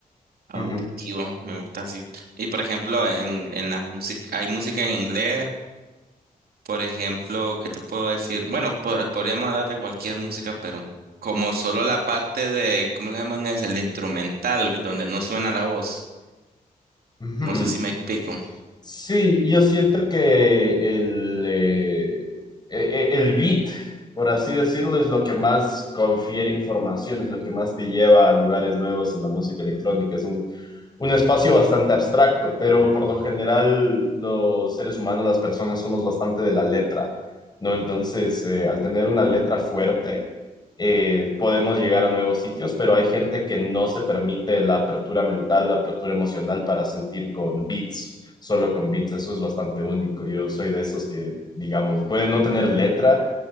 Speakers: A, on the right; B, on the left.
A: auditivo,
B: Ujú,
A: me gusta así. Y por ejemplo, en, en las músicas, hay música en inglés, por ejemplo, ¿qué te puedo decir? Bueno, por- podríamos hablar de cualquier música, pero como solo la parte de, ¿cómo le llaman? Es el instrumental, donde no suena la voz.
B: ujú.
A: No sé si me explico.
B: Sí, yo siento que el, eh, e- e- el beat, por así decirlo, es lo que más confiere información, es lo que más te lleva a lugares nuevos en la música electrónica. Es un, un espacio bastante abstracto, pero por lo general los seres humanos, las personas, somos bastante de la letra, ¿no? Entonces, eh, al tener una letra fuerte, eh, podemos llegar a nuevos sitios, pero hay gente que no se permite la apertura mental, la apertura emocional para sentir con beats, solo con beats. Eso es bastante único. Yo soy de esos que, digamos, puede no tener letra